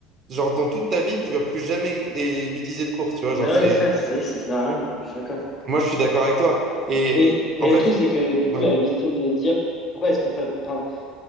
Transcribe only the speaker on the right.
genre, dans toute ta vie, tu vas plus jamais eh, utiliser de cours, tu vois. Genre,
c'est.
Moi, je suis d'accord avec toi. Et
en fait,
ouais.